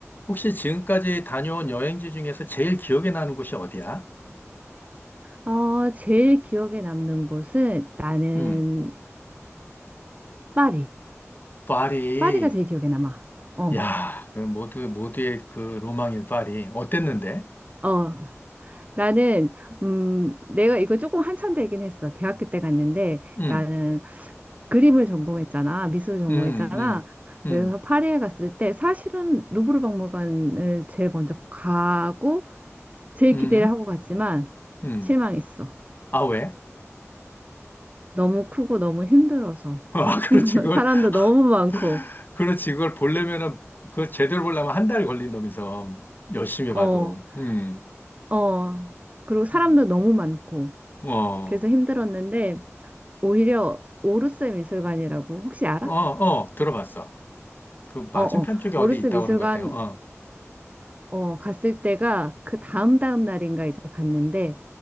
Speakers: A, on the left; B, on the right.
A: 혹시 지금까지 다녀온 여행지 중에서 제일 기억에 나는 곳이 어디야?
B: 어, 제일 기억에 남는 곳은 나는
A: 응,
B: 파리.
A: 파리.
B: 파리가 제일 기억에 남아. 어,
A: 야, 그 모두, 모두의 그 로망인 파리. 어땠는데?
B: 어. 나는, 음, 내가 이거 조금 한참 되긴 했어. 대학교 때 갔는데
A: 응,
B: 나는 그림을 전공했잖아. 미술을 전공했잖아.
A: 응, 응, 응,
B: 그래서 파리에 갔을 때 사실은 루브르 박물관을 제일 먼저 가고 제일
A: 응,
B: 기대를 하고 갔지만
A: 응.
B: 실망했어.
A: 아, 왜?
B: 너무 크고 너무 힘들어서.
A: <laughs> 아,
B: <laughs>
A: 그렇지. 그걸,
B: 사람도
A: <laughs>
B: 너무 많고,
A: 그렇지. 그걸 보려면은, 그걸 제대로 보려면 한 달 걸린다면서. 열심히 봐도.
B: 어,
A: 응,
B: 어. 그리고 사람도
A: 음.
B: 너무 많고.
A: 어,
B: 그래서 힘들었는데 오히려 오르스 미술관이라고 혹시 알아?
A: 어, 어, 들어봤어. 그 맞은편
B: 어어
A: 쪽에 어디
B: 오르스
A: 있다고
B: 미술관
A: 그런 것 같아요.
B: 어 갔을 때가 그 다음 다음 날인가 이제 갔는데